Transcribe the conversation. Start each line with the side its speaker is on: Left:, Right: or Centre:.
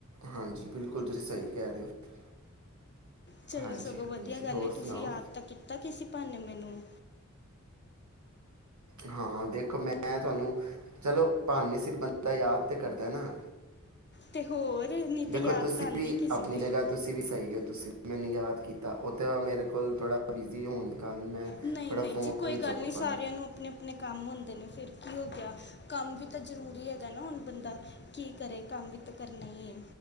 Right: ਹਾਂਜੀ। ਬਿਲਕੁਲ ਤੁਸੀਂ ਸਹੀ ਕਹਿ ਰਹੇ ਹੋ।
Left: ਚਲੋ,
Right: ਹਾਂਜੀ
Left: ਸਗੋਂ
Right: ਹਾਂਜੀ
Left: ਵਧੀਆ ਗੱਲ
Right: ਹੋਰ
Left: ਏ। ਤੁਸੀਂ
Right: ਸੁਣਾਓ
Left: ਯਾਦ ਤਾਂ ਕੀਤਾ ਕਿਸੇ ਬਹਾਨੇ। ਮੈਨੂੰ
Right: ਹਾਂ ਦੇਖੋ, ਮੈਂ ਤੁਹਾਨੂੰ ਚਲੋ ਬਹਾਨੇ ਸਿਰ ਬੰਦਾ ਯਾਦ ਤੇ ਕਰਦਾ ਨਾ।
Left: ਤੇ ਹੋਰ। ਨਹੀਂ
Right: ਦੇਖੋ,
Left: ਤੇ ਯਾਦ
Right: ਤੁਸੀਂ
Left: ਤਾਂ ਆਉਂਦੀ
Right: ਵੀ
Left: ਕਿਸੇ
Right: ਆਪਣੀ
Left: ਦਿਨ
Right: ਜਗ੍ਹਾ ਤੁਸੀਂ ਵੀ ਸਹੀ ਹੋ। ਤੁਸੀਂ ਵੀ ਮੈਨੂੰ ਯਾਦ ਕੀਤਾ। ਤਾਂ, ਉਹ ਤਾਂ ਮੇਰੇ ਕੋਲ ਥੋੜ੍ਹਾ ਬਿਜ਼ੀ ਹੋਣ ਦੇ। ਕਾਰਨ ਮੈਂ
Left: ਨਹੀਂ,
Right: ਥੋੜਾ
Left: ਨਹੀਂ
Right: ਫੋਨ
Left: ਜੀ। ਕੋਈ ਗੱਲ
Right: ਚੁੱਕ
Left: ਨਹੀਂ
Right: ਪਾਇਆ
Left: ਸਾਰਿਆਂ ਨੂੰ ਆਪਣੇ- ਆਪਣੇ ਕੰਮ ਹੁੰਦੇ। ਨੇ ਫਿਰ ਕੀ ਹੋ ਗਿਆ। ਕੰਮ ਵੀ ਤਾਂ ਜ਼ਰੂਰੀ ਹੈਗਾ ਨਾ, ਹੁਣ ਬੰਦਾ ਕੀ ਕਰੇ ਕੰਮ ਵੀ ਤਾਂ ਕਰਨਾ ਹੀ ਹੈ।